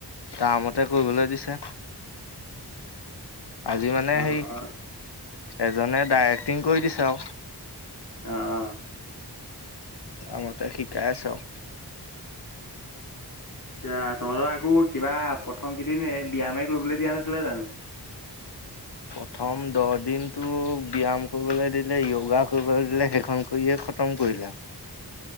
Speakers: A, on the left; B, on the left.
A: তা মতে কৰিবলৈ দিছে। আজি মানে
B: অ',
A: সেই
B: অ',
A: এজনে ডাইৰেক্টিং কৰি দিছে আউ।
B: অ অ।
A: তাৰ মতে শিকাই আছ আউ।
B: <unintelligible> তোমালোকৰ আকৌ কিবা প্ৰথম কিদিন এই ব্যয়ামে কৰিবলৈ দিয়া নাছিলে জানো?
A: প্ৰথম দহ দিনটো ব্যায়াম কৰিবলৈ দিলে য়োগা কৰিবলৈ দিলে সেইখন কৰিয়ে <unintelligible> কৰিলে আউ।